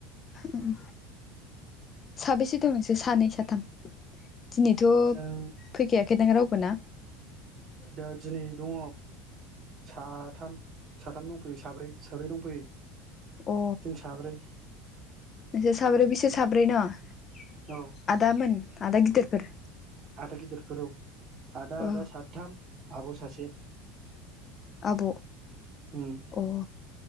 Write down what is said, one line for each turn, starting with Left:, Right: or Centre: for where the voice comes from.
Left: ओम। साबेसे दं नोंसो सानै साथाम। दिनैथ'
Right: जों
Left: फैखायाखैदां राव फोना।
Right: ओ दा दिनै दङ। साथाम साथाम दं फै साब्रै साब्रै दंफैयो
Left: अ
Right: जों साब्रै
Left: नोंसोर साब्रै बिसोर साब्रै नामा
Right: औ
Left: आदामोन आदा गिदिरफोर
Right: आदा गिदिरफोर औ आदा
Left: अ
Right: आदा साथाम आब सासे
Left: आब
Right: उम
Left: अ